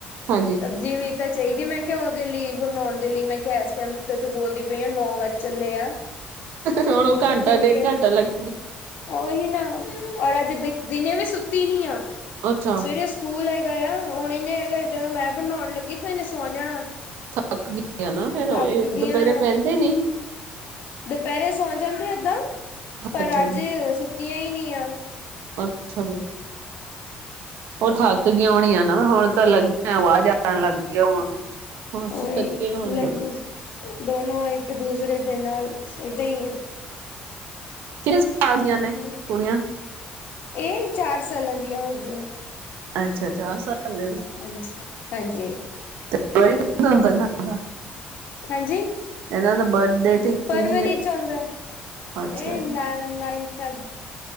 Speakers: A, on the right (about 80°); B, on the left (about 60°).
A: ਹਾਂਜੀ
B: ਸਬਜ਼ੀ ਵੀ ਤਾਂ ਚਾਹੀਦੀ ਮੈਂ ਕਿਹਾ ਉਹਦੇ ਲਈ ਬਣਾਉਣ ਦੇ ਲਈ, ਮੈਂ ਕਿਹਾ ਇਸ ਟਾਈਮ ਤੂੰ ਬੋਲਦੀ ਪਈ ਆ ਨੌ ਵੱਜ ਚੱਲੇ ਆ
A: ਹੁਣ ਉਹ ਘੰਟਾ
B: ਕਿਉਂਕਿ
A: ਡੇਢ ਘੰਟਾ ਲੱਗਾ
B: ਉਹੀ ਨਾ, ਔਰ ਅੱਜ ਦਿਨੇ ਵੀ ਸੁੱਤੀ ਨੀ ਆ
A: ਅੱਛਾ
B: ਸਵੇਰੇ ਸਕੂਲ ਹੈਗਾ ਆ ਹੁਣ, ਇਹਨੇ ਹੈਗਾ ਮੈਂ ਬਣਾਉਣ ਲੱਗੀ ਤੇ ਇਹਨੇ ਸੌ ਜਾਣਾ।
A: ਥੱਕ ਗਈ ਆ ਨਾ ਫੇਰ
B: ਥੱਕ ਗੀ
A: ਦੁਪਹਿਰੇ
B: ਆ
A: ਪੈਂਦੇ ਨੀ?
B: ਦੁਪਹਿਰੇ ਸੌ ਜਾਂਦੇ ਏਦਾਂ, ਪਰ
A: ਅੱਛਾ
B: ਅੱਜ
A: ਜੀ
B: ਸੁੱਤੀਆਂ ਹੀ ਨਹੀਂ ਆ
A: ਅੱਛਾ- ਉਹ ਥੱਕ ਗਈ ਹੋਣੀਆਂ ਨਾ ਹੁਣ ਤਾਂ ਲੱਗੀਆਂ ਆ ਜਾਣ ਲੱਗ ਹੁਣ ਹੁਣ
B: ਉਹੀ
A: ਥੱਕੇ ਹੋਣੇ
B: ਲਗੀ ਦੋਨੋ ਇੱਕ ਦੂਸਰੇ ਦੇ ਨਾਲ ਏਦਾਂ ਹੀ ਹੈ
A: ਕਿਨੇ ਸਾਲ ਦੀਆਂ? ਨੇ
B: ਹਮ,
A: ਕੁੜੀਆਂ?
B: ਇਹ ਚਾਰ ਸਾਲਾਂ ਦੀਆਂ ਹੋ ਗਿਆਂ
A: ਅੱਛਾ ਚਾਰ ਸਾਲ ਦੇ
B: ਹਾਂਜੀ ਹਾਂਜੀ।
A: ਦਾ
B: ਹਾਂਜੀ
A: ਇਹਨਾਂ ਦਾ ਬਰਡੇ
B: ਫਰਵਰੀ
A: ਕਿੰਨੀ ਹੈ?
B: 'ਚ ਆਉਂਦਾ,
A: ਅੱਛਾ
B: ਇਹ ਨ
A: ਜੀ।
B: ਨਨ ਫ